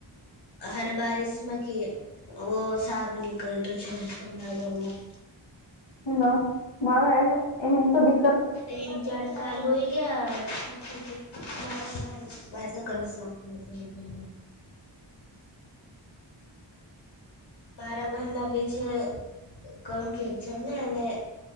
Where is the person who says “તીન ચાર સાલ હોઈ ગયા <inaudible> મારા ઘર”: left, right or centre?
Left